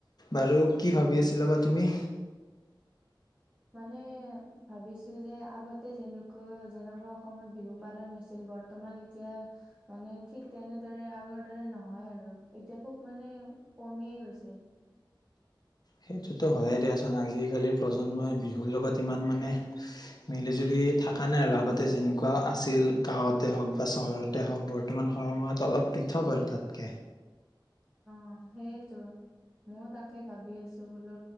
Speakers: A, on the left; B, on the right.
A: বাৰু কি
B: অ',
A: ভাবি আছিলা বা তুমি?
B: মানে ভাবিছো যে আগতে যেনেকুৱা-যেনেকুৱা অসমত বিহু পালন হৈছিল, বৰ্তমান এতিয়া মানে ঠিক তেনেদৰে আগৰ দৰে নহয় আৰু এতিয়া খুব মানে কমিয়ে গৈছে।
A: সেইটোতো হয়ে দিয়াচোন আজিকালি প্ৰজন্মই বিহুৰ লগত ইমান মানে মিলি জুলি থকা নাই আৰু আগতে যেনেকুৱা আছিল, গাঁৱতে হওক বা চহৰতে হওক বৰ্তমান সময়ত অলপ পৃথক আৰু তাতকে।
B: অ'সেইটো মইয়ো তাকে ভাবি আছো বোলো,